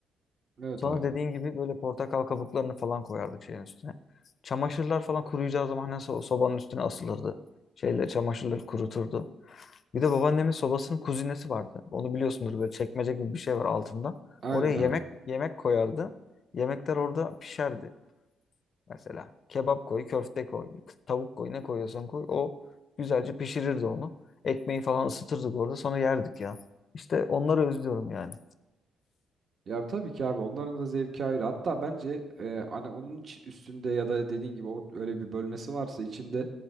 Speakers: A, on the right; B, on the left.
A: Evet
B: Sonra
A: abi.
B: dediğin gibi böyle portakal kabuklarını falan koyardık şeyin üstüne. Çamaşırlar falan kuruyacağı zaman hani so- sobanın üstüne asılırdı. Şeyler, çamaşırları kuruturdu. Bir de babaannemin sobasının kuzinesi vardı. Onu biliyorsundur böyle çekmece gibi bir şey var altında.
A: Aynen
B: Oraya
A: abi.
B: yemek yemek koyardı. Yemekler orada pişerdi. Mesela kebap koy, köfte koy, tavuk koy, ne koyuyorsan koy. O güzelce pişirirdi onu. Ekmeği falan ısıtırdık orada sonra yerdik ya. İşte onları özlüyorum yani.
A: Ya tabii ki abi onların da zevki ayrı. Hatta bence e, hani onun iç- üstünde ya da dediğin gibi o öyle bir bölmesi varsa içinde